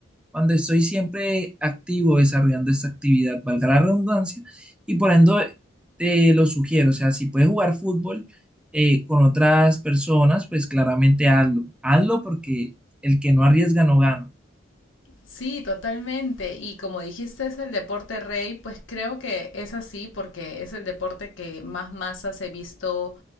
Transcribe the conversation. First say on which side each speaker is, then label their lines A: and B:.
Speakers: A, in the centre; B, on the left.
A: cuando estoy siempre activo desarrollando esta actividad, valga la redundancia, y por ende te lo sugiero, o sea, si puedes jugar fútbol eh, con otras personas, pues claramente hazlo, hazlo porque el que no arriesga no gana.
B: Sí, totalmente. Y como dijiste, es el deporte rey, pues creo que es así porque es el deporte que más masas he visto